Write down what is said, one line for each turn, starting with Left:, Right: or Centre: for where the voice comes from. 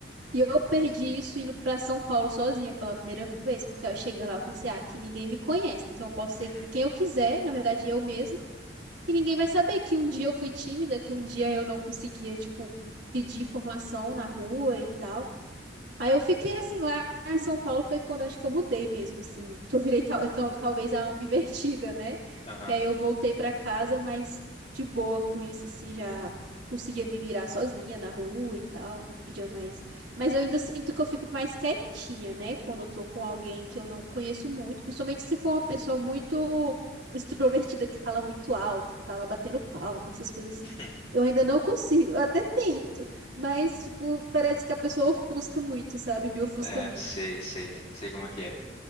Right: E eu perdi isso indo pra São Paulo sozinha pela primeira vez, porque eu cheguei lá, eu pensei, ah, que ninguém me conhece, então eu posso ser
Left: uhum,
Right: quem eu quiser, na verdade eu mesma, que ninguém vai saber que um dia eu fui tímida, que um dia eu não conseguia, tipo, pedir informação na rua e tal. Aí eu fiquei assim lá em São Paulo foi quando acho que eu mudei mesmo, assim, que eu virei tal, tal- talvez a ambivertida, <laughs> né?
Left: aham.
Right: E aí eu voltei pra casa, mas de boa com isso, assim, já conseguia me virar sozinha na rua e tal, não pedia mais. Mas eu ainda sinto que eu fico mais quietinha, né? Quando eu tô com alguém que eu não conheço muito, principalmente se for uma pessoa muito extrovertida, que fala muito alto, que fala batendo palma, essas coisas assim.
Left: Hum,
Right: Eu ainda não consigo, eu até tento. Mas, tipo, parece que a pessoa ofusca muito, sabe? Me ofusca
Left: É,
Right: muito.
Left: sei, sei, sei como é que é.